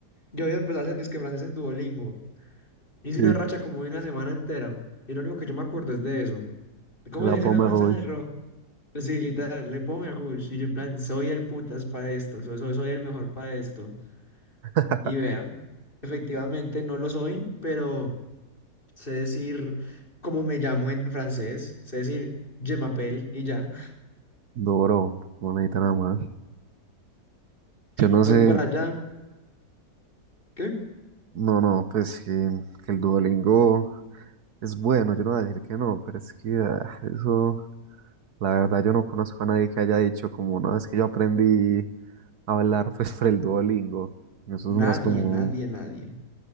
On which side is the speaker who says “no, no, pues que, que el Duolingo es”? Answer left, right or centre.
Right